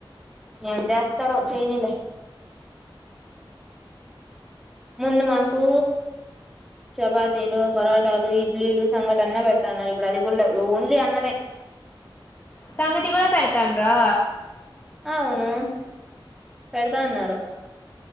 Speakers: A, in the centre; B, on the left.
A: ఏం చేస్తారో చైనీలే ముందు మాకు చపాతీలు పరాటాలు ఇడ్లీలు సంగటీ అన్న పెడతాన్నారు ఇప్పుడు అది కూడా ఓన్లీ అన్నమే
B: సంగటి కూడా పెడతాన రా
A: అవును పెడతా అన్నారు